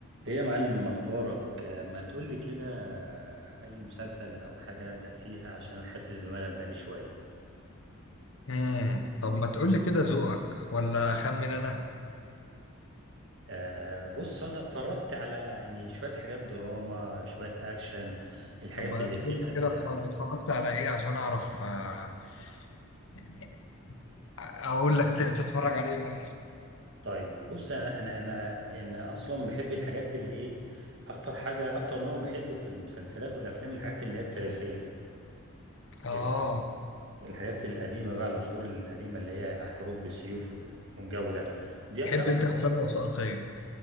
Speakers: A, on the right; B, on the left.
A: ايه يا معلم اخبارك آه، ما تقولي كده آه، اي مسلسل او حاجه ابدا فيها عشان انا حاسس بملل بقالي شويه
B: امم طب ما تقول لي كده ذوقك ولا اخمن انا
A: أه بص انا اتفرجت على يعني شويه حاجات دراما شويه اكشن الحاجات
B: طب ما
A: اللي
B: تقول
A: فيها
B: لي كده
A: ال-
B: اتف- اتفرجت على ايه عشان اعرف آه، يعني اقول لك ت- تتفرج على ايه مثلا
A: طيب بص انا انا انا يعني اصلا بحب الحاجات اللي ايه اكتر حاجه اكتر نوع بحبه في المسلسلات والافلام الحاجات اللي هي التاريخيه
B: اه
A: ال- الحاجات القديمه بقى العصور القديمه اللي هي حروب بالسيوف والجو ده دي
B: تحب
A: ده
B: انت الافلام الوثائقيه